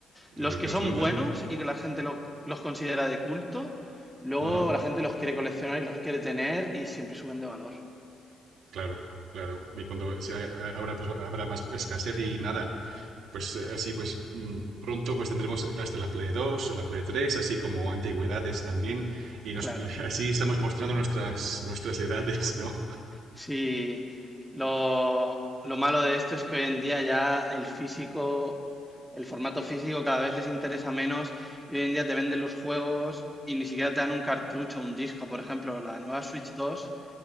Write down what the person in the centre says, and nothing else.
Los
que
son
buenos
y que la gente lo- los considera de culto, luego
la gente los quiere coleccionar y los quiere tener y siempre suben de valor.
Claro.
Sí, lo, lo malo de esto es que hoy en día ya el físico, el formato físico cada vez les interesa menos y hoy en día te venden los juegos y ni siquiera te dan un cartucho o un disco. Por ejemplo, la nueva Switch dos